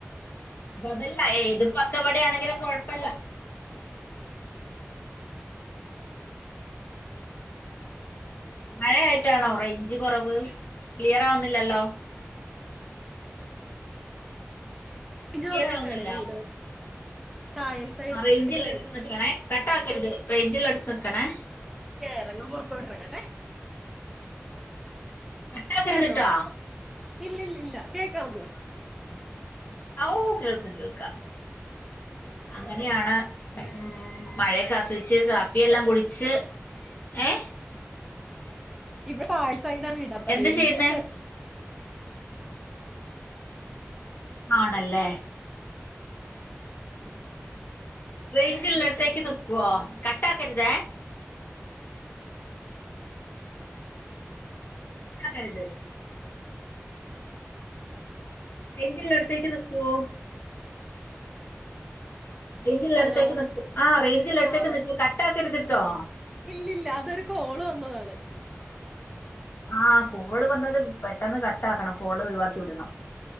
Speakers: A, on the left; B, in the centre.
A: അപ്പൊ അതല്ല ഏതിപ്പക്ക എവിടെയാണെങ്കിലും കൊഴപ്പല്ല മഴ ആായിട്ടാണോ റ ഇഞ്ച് കുറവ് ക്ലിയർ ആവുന്നില്ലല്ലോ
B: അഞ്ചോറായിട്ടാണേ
A: ക്ലിയർ ആവുന്നില്ല
B: വീട് കായൽ സൈഡ്
A: ആ റേഞ്ചിൽ
B: വീട് വരുന്നത്
A: എടുത്ത നക്കണേ കട്ട ആാക്കരുത് റേഞ്ചിൽ എടുത്ത് നക്കണേ
B: ചേറങ്ങങ് പുൊറത്തു വിട്ടറങ്ങട്ടെ
A: കട്ടാക്കരുത്ട്ടോ
B: പറഞ്ഞോ ഇല്ലല്ലല്ല കേക്കാമോ
A: ഔ കേൾക്ക കേൾക്ക അങ്ങനെയാണ്
B: ആ
A: ഉം മഴയക്ക ആസ്വ കാപ്പിെല്ലാം കുടിച്ച്ു ഏ
B: ഇവിടെ പായസൈയുടെ ആ വീടാപ്പൊ
A: എന്ത്
B: റേഞ്ചിന്
A: ചെയ്യുന്നേ
B: ചെറ
A: ആണല്ലേ േഞ്ചള്ളടത്തേക്ക് നക്കുവോ കട്ടാക്കരുത ക കരുത് ബൈഞ്ചല്ല അടത്തേക്ക് നക്കുവോ റേഞ്ചില
B: ഹലോ
A: അടുത്തേക്ക് നീക്കു. ആ റേഞ്ചില അടുത്തേക്ക്
B: ആ
A: നിക്കൂ കട്ട ആക്കരുതിട്ടോ
B: ഇല്ലില്ല അതൊരു കോള് വന്നതാണ്.
A: ആഹ കോള് വന്നത് പെട്ടെന്ന് കട്ട ആക്കണം കോള് ഒഴിവാക്കി വിടണം.